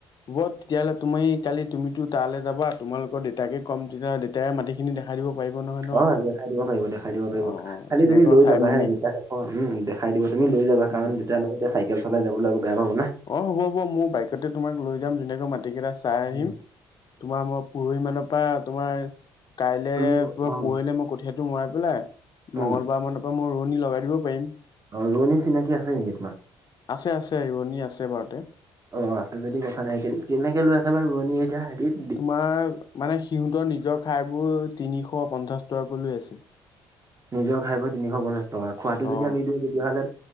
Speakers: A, on the left; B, on the right.
A: হ'ব, তেতিয়াহ'লে তুমি কালি তুমি তালে যাবা তোমালোকৰ দেউতাকে ক'ম তেতিয়া দেতাই মাটিখিনি দেখা দেখাই দিব পাৰিব নহয়। ন
B: অ, দেখাই দিব পাৰিব-দেখাই দিব পাৰিব,
A: অ অ
B: খালি
A: ধুনীয়াকৈ
B: তুমি লৈ
A: চাই
B: যাবা
A: মেলি
B: হে অ, উম দেখাই দিবা, তুমি লৈ যাবা
A: উম
B: কাৰণ দেতাই মানে এতিয়া চাইকেল চলাই যাবলৈ আকৌ বেয়া পাব না।
A: অ হ'ব হ'ব মোৰ বাইকতে তোমাক লৈ যাম ধুনীয়াকৈ মাটি কেইটা চাই আহিম
B: উম
A: তোমাৰ মই পৰহি মানৰ পৰা তোমাৰ কাইলে
B: উম
A: পুৰা
B: অ
A: পৰহিলে মই কঠীয়াটো মৰাই পেলাই
B: উম
A: মঙ্গলবাৰমানৰ পৰা মই ৰোৱনী লগাই দিব পাৰিম।
B: অ ৰোৱনী চিনাকি আছে নেকি তোমাৰ।
A: আছে আছে ৰোৱনী আছে বাৰুতে।
B: অ আছে যদি কথা নাই কেনেকে লৈ আছে বা ৰোৱনী এতিয়া হেৰিত।
A: তোমাৰ মানে সিহঁতৰ নিজৰ ঠাইবোৰ তিনিশ পঞ্চাশ টকাকৈ লৈ আছে।
B: নিজৰ খাই বৈ তিনিশ পঞ্চাছ টকা খোৱাটো যদি
A: অ
B: আমি দিওঁ তেতিয়াহ'লে